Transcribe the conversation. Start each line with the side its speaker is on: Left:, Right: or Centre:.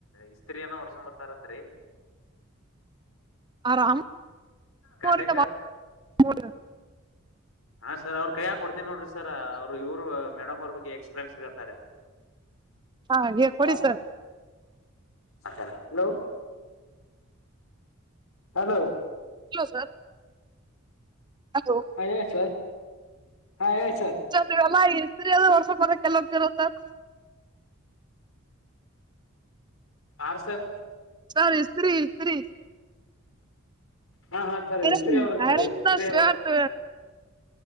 Left: ಇಸ್ತ್ರರಿನ ಓಡ್ಸಕೊಂಡ್ ಬರ್ತಾರ ಅಂತ ರೀ
Right: ಆರಾಮ
Left: ಕಂಡೆಕ
Right: <unintelligible>
Left: ಹಾ ಸರ್ ಅವ್ರ ಕೈಯ ಕೊಡ್ತೀನಿ ನೋಡ್ರಿ ಸರ್ ಅವ್ರರು ಇವರು ಮೇಡಮ್ ಅವ್ರ ಬಗ್ ಎಕ್ಸ್ಪೀರಿಯನ್ಸ್ ಕೇಳ್ತಾರ್ ರೀ
Right: ಹಾ ಹೇ ಕೊಡಿ
Left: ಬ
Right: ಸರ್
Left: ಅಚ <unintelligible> ಹಲೋ ಹಲೋ
Right: ಇಲ್ಲ ಸರ್ ಹಲೋ
Left: ಹಾ ಹೇಳಿ ಸರ್ ಹಾ ಹೇಳಿ
Right: ಸರ್ ನೀವ್ ಎಲ್ಲ ಇಸ್ತ್ರಿ ಅದು ಹೊಡಸಕಬಾರಕ್ ಎಲ್ಲ ಹೋಗ್ತೀರಾ ಸರ್
Left: ಆರ್ ಸರ್
Right: ಸರ್ ಇಸ್ತ್ರಿ ಇಸ್ತ್ರಿ
Left: ಹಾ ಹಾ ಸರ್
Right: ಐರನ್
Left: ಇಸ್ತ್ರಿ ಅವರು ಸರ್
Right: ಐರನ್
Left: ಇಸ್ತ್ರಿ
Right: ಶರ್ಟ್